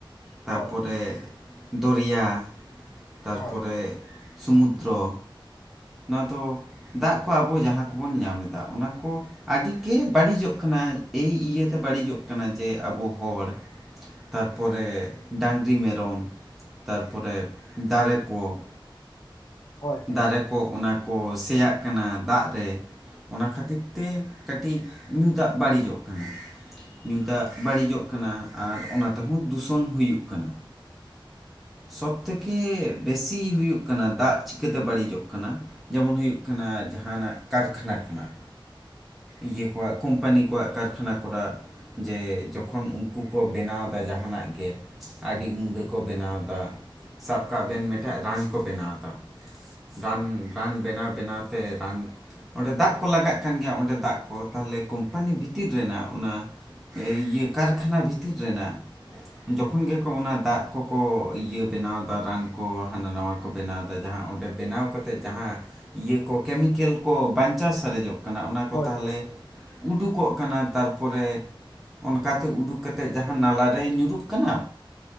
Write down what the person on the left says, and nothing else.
ᱦᱳᱭ
ᱦᱳᱭ
ᱦᱳᱭ ᱦᱳᱭ
ᱦᱳᱭ
ᱦᱳᱭ